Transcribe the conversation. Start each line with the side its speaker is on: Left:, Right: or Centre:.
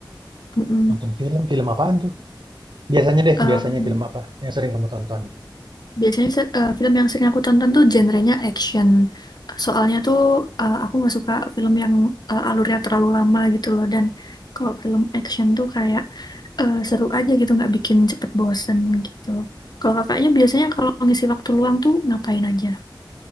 Left: Mm-mm.
Right: Nonton film? Film apaan tuh? Biasanya deh,
Left: Em,
Right: biasanya film apa yang sering kamu tonton?
Left: biasanya se- eh, film yang sering aku tonton tuh genrenya action. Soalnya tuh eh, aku nggak suka film yang eh, alurnya terlalu lama gitu loh. Dan kalau film action tuh kayak eh, seru aja gitu nggak bikin cepet bosen gitu kalau kakaknya biasanya kalau ngisi waktu luang tuh ngapain aja